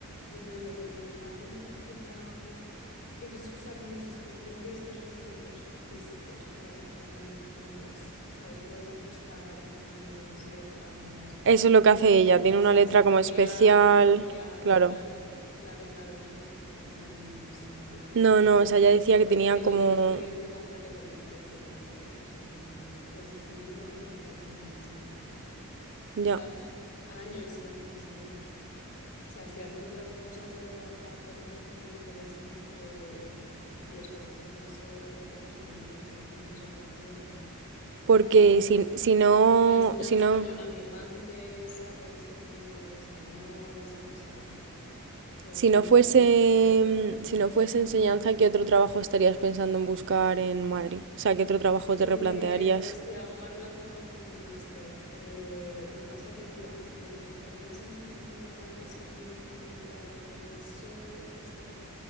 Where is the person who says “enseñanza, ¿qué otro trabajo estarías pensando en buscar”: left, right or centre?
Right